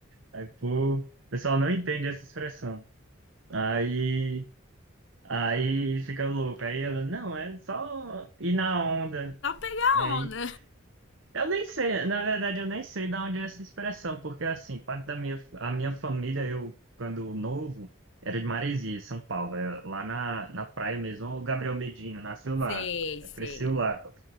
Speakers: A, on the right; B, on the left.
A: Aí, pô, o pessoal não entende essa expressão. Aí. Aí fica louco. Aí ela, não, é só ir na onda.
B: Só pegar
A: Aí,
B: onda.
A: eu nem sei, na verdade, eu nem sei de onde é essa expressão, porque assim, parte da minha, a minha família, eu, quando novo, era de Maresia, São Paulo, é lá na, na praia mesmo. O Gabriel Medina nasceu lá,
B: Sei,
A: é,
B: sei.
A: cresceu lá.